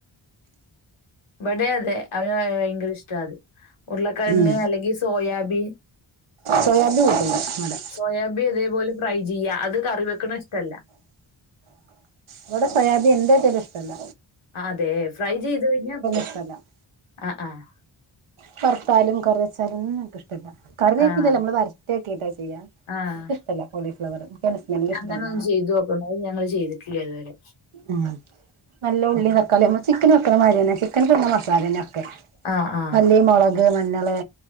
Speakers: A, on the left; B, on the right.
A: ഇവിടെയും അതെ അവന് ഭയങ്കര ഇഷ്ടാ അത് ഉരുളക്കിഴങ്ങ്
B: ഉം
A: അല്ലെങ്കി സോയാബി
B: സോയാബീൻ കൂട്ടൂല ഇവിടെ
A: സോയാബി അതേപോലെ ഫ്രൈ ചെയ്യ അത് കറി വെക്കണ ഇഷ്ടല്ല
B: ഇവിടെ സോയാബി എന്ത് വച്ചാലും ഇഷ്ടല്ല
A: ആ അതെ ഫ്രൈ ചെയ്ത് കഴിഞ്ഞാൽ
B: ഇഷ്ടമല്ല
A: ആ ആഹ്
B: വറുത്താലും കറി വെച്ചാലും ഒന്നും നിക്ക്ഇഷ്ടല്ല കറിയാക്കിട്ടല്ല
A: ആഹ്
B: നമ്മള് വററ്റി ആക്കിയിട്ടാ ചെയ്യ
A: ആഹ്.
B: നിക്ക് ഇഷ്ടല്ല കോളീഫ്ളവർ എനിക്ക് അതിൻ്റെ സ്മെല്ല് ഇഷ്ടല്ല
A: അങ്ങനൊന്ന് ചെയ്ത് നോക്കണം. അത് ഞങ്ങള് ചെയ്തിട്ടില്ല ഇതുവരെ
B: ഉം നല്ല ഉള്ളി തക്കാളി ചിക്കൻ വെക്കണ മാതിരി തന്നെ ചിക്കൻ വെയ്ക്കണ മസാല തന്നെ ഒക്കെ
A: ആഹ് ആഹ്
B: മല്ലി മൊളക് മഞ്ഞള്